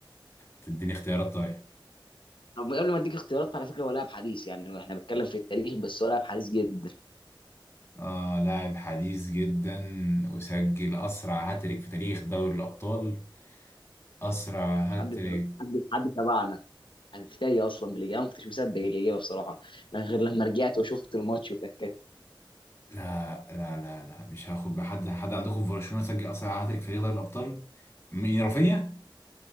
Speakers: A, on the left (about 30°); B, on the left (about 70°).
A: تديني اختيارات طيب
B: طب قبل ما اديك اختيارات على فكره هو لاعب حديث يعني احنا بنتكلم في التاريخ بس هو لاعب حديث جدا
A: اه لاعب حديث جدا وسجل اسرع هاتريك في تاريخ دوري الابطال اسرع هاتريك
B: حد حد حد تبعنا انا في تايه اصلا بالاجابه ما كنتش مصدق الاجابه بصراحه لا غير لما رجعت وشفت الماتش وتاكدت
A: لا لا لا لا مش هاخد بحد حد عندكم في برشلونه سجل اسرع هاتريك في تاريخ دوري الابطال مين رافينيا